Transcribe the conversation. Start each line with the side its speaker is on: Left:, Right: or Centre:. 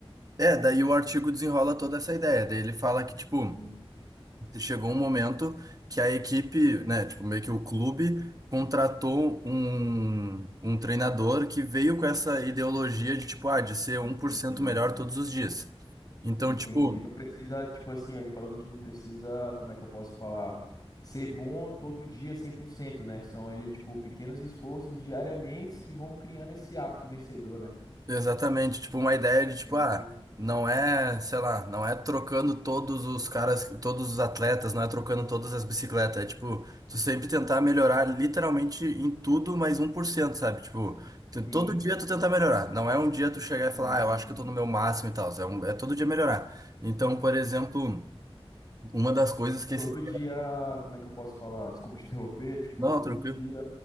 Right: é, daí o artigo desenrola toda essa ideia. Daí ele fala que, tipo.
Left: Sim,
Right: chegou um momento que a equipe, né, tipo, meio que o clube contratou um, um treinador que veio com essa ideologia de, tipo, ah, de ser um
Left: entendi.
Right: por cento melhor todos os dias. Então,
Left: Entendi.
Right: tipo,
Left: Não precisa, tipo assim, ó, ele falando que não precisa, como é que eu posso falar? Ser bom todo dia cem por cento né? São ele, tipo, pequenos esforços diariamente que vão criando esse hábito vencedor, né?
Right: Exatamente, tipo uma ideia de
Left: Entendi.
Right: tipo, ah, não é, sei lá, não é trocando todos os caras, todos os atletas, não é trocando todas as bicicletas, é tipo, tu sempre tentar melhorar literalmente em tudo mais um por cento sabe? Tipo, tu-
Left: Sim.
Right: todo dia tu tentar melhorar, não é um dia tu chegar
Left: Sim,
Right: e falar, ah, eu acho
Left: sim.
Right: que eu tô no meu máximo e tal, é, um- é todo dia melhorar. Então, por exemplo, uma das coisas que
Left: Todo
Right: esse...
Left: dia, como é que eu posso falar? Desculpa <laughs> te interromper, tipo,
Right: Não,
Left: todo
Right: tranquilo.
Left: dia